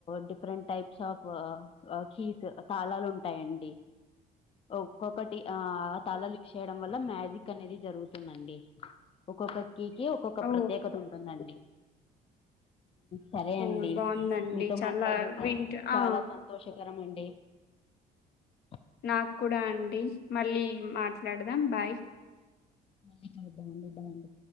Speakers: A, on the left (about 35°); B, on the left (about 75°).
A: డిఫరెంట్ టైప్స్ ఆఫ్ కీస్ కళాలు ఉంటాయి అండి ఒక్కొ ఆ తల లిఫ్చేయడం వల్ల మ్యాజిక్ అనేది జరుగుతుందండి ఒక్కొక్క కి ఒక్కొక్క
B: ఓ
A: ప్రత్యేకత ఉంటుందండి సరే
B: ఓ,
A: అండి
B: బాగుందండి
A: మీతో
B: చాలా
A: మాట్లాడడం
B: వింట
A: చాలా
B: ఆ
A: సంతోషకరం అండి అ
B: నాకు కూడా అండి మళ్ళీ మాట్లాడదాం బాయ్
A: బాయ్ అండి బాయ్ అండి